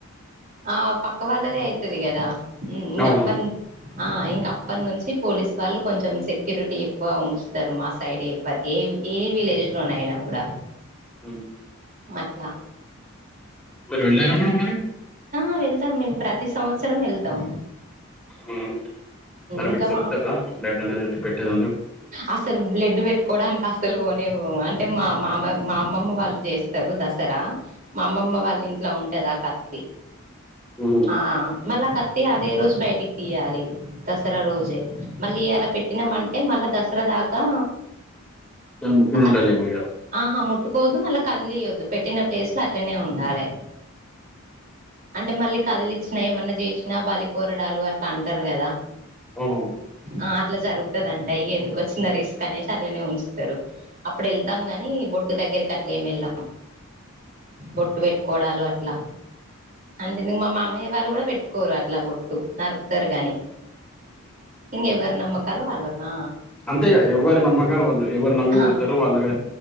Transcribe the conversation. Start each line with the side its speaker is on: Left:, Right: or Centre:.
Right: ఆ పక్క వాళ్ళదే అయితాది కదా ఉమ్మ్
Centre: అవునవును
Right: అప్ప ఆ ఇంకా అప్పనుంచి పోలీస్ వాళ్ళు కొంచెం సెక్యూరిటీ ఎక్కువ ఉంచుతారు మా సైడ్ ఇవ్వా ఎవ్ ఏ విలేజ్‌లో నైనా కూడా
Centre: ఉమ్
Right: అట్లా
Centre: మీరు వెళ్ళారా మేడం మరి
Right: ఆ వెళ్దాం మేం ప్రతి సంవత్సరం వెళ్దాం
Centre: ఉమ్మ్ మరి
Right: ఇంకా
Centre: మీకు సేప్తారా
Right: మా
Centre: బ్లడ్ అనేది ఎత్తిపెట్టేది అందు
Right: అసలు బ్లడ్ పెట్టుకోవడానికి అసలు పోనే పోము అంటే మా మామ మా అమ్మమ్మ వాళ్ళు చే స్తారు దసరా మా అమ్మమ్మ వాళ్ళ ఇంట్లో ఉంటాది ఆ కత్తి
Centre: ఉమ్మ్
Right: ఆ మల్ల ఆ కత్తి అదే రోజు బయటికి తీయాలి దసరా రోజే మళ్ళీ ఈయాల పెట్టినామంటే మళ్ళ దసరా దాకా
Centre: దాన్ని ముట్టుడు
Right: ఆ కత్
Centre: ఉంటది ఏమో ఇగ
Right: ఆహా ముట్టుకోవద్దు మళ్ళా కదిలియోద్దు పెట్టిన ప్లేస్‌లో అట్లనే ఉండాలి అంటే మళ్ళీ కదిలిచ్చినా ఏమన్నా చేసినా బలి కోరడాలు అట్లా అంటారు కదా
Centre: అవునవును
Right: ఆ అట్లా జరుగుతదంటా ఇగ ఎందుకొచ్చిన రిస్క్ అనేసి అట్లనే ఉంచుతారు అప్పుడు ఎళ్తాం కానీ బొట్టు దగ్గరికి అట్లా ఏమి ఎళ్ళ బొట్టు పెట్టుకోవడాలు అట్లా అంటే నేను మా మా మయ్య వాళ్ళు కూడా పెట్టుకోరు అట్లా బొట్టు నరుకుతారు గాని ఇంగ ఎవరి నమ్మకాలు వాళ్లకా
Centre: అంతేగా ఎవరి నమ్మకాలు వాళ్లవి ఎవరు నమ్మిపోతారో
Right: ఆ
Centre: వాళ్లవే